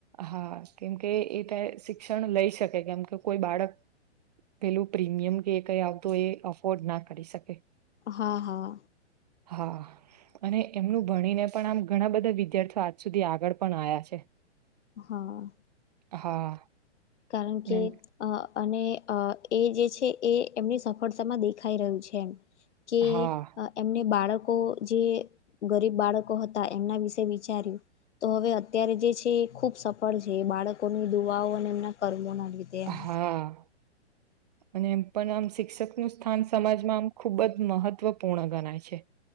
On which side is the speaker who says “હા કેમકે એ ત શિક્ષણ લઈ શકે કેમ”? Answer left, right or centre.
Right